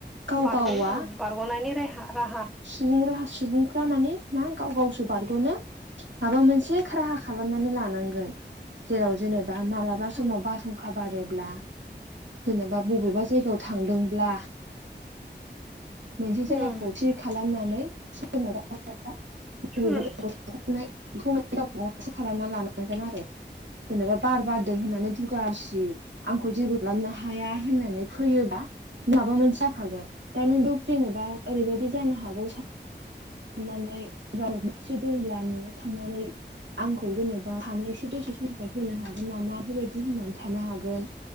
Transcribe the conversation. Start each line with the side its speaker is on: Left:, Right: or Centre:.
Right: गाव
Centre: बारग'
Right: गावा
Centre: बारग'नायनि रे राहा
Right: सुबुं राहा सुबुंफ्रा मानि मा गाव गावसो बारग'नो माबा मोनसे राहा खालामनानै लानांगोन जेराव जेनेबा माला बा समाव
Centre: उम
Right: बासहुंखा बारोब्ला जेनेबा बबेबा जायगायाव थांदोंब्ला। मोनसे जायगाखौ
Centre: उम
Right: थि खालामनानै सोरनावबा सोरनावबा
Centre: उम
Right: माबा खामनाय बेखौ माने गावबा गावासो खालामना लानांगोन आरो। जेनेबा बार बारदों होननानै दुगा दुसि आंखौ जेबो खालामनो हाया होननानै फैयोबा माबा मोनसे जाखागोन। दानि जुग जेनेबा ओरैबायादि जानो हागौ सान नानै सोरनावबासो दंब्ला न'आव थांनानै आंखौ जेनेब बा थानो दसे समो हागोन नामा बेबाय होननानै थानो हागोन